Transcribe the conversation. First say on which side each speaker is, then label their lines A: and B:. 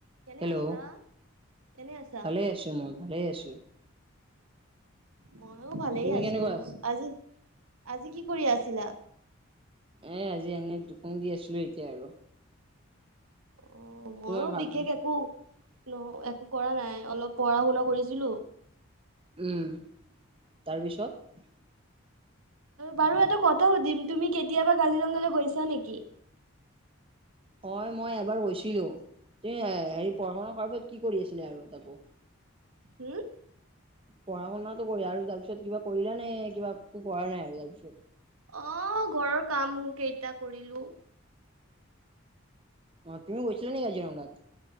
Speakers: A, on the right (about 85°); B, on the right (about 25°).
A: কেনে
B: হেল্ল'
A: আছা? কেনে আছা?
B: ভালে আছো মই ভালে আছো
A: মইয়ো ভালেই
B: তুমি
A: আছো
B: কেনেকুৱা আছা?
A: আজি আজি কি কৰি আছিলা।
B: এ আজি এনে দুকান দি আছিলো এতিয়া আৰু
A: অ মইয়ো
B: তোমাৰ ভাত
A: বিশেষ একো নহ একো কৰা নাই অলপ পঢ়া শুনা কৰিছিলো
B: উম তাৰপিছত
A: বাৰু এটা কথা সুধিম তুমি কেতিয়াবা কাজিৰঙালৈ গৈছা নেকি?
B: হয় মই এবাৰ গৈছিলো তুমি হেৰি পঢ়া শুনা কৰাৰ পিছত কি কৰি আছিলে আৰু তাকো
A: উম।
B: পঢ়া শুনাটো কৰে আৰু তাৰ পিছত কিবা কৰিলা নে কিবাো কৰা নাই আৰু তাৰপিছত
A: আহ ঘৰৰ কাম কেইটা কৰিলো
B: অ তুমি গৈছা ন কাজিৰঙাত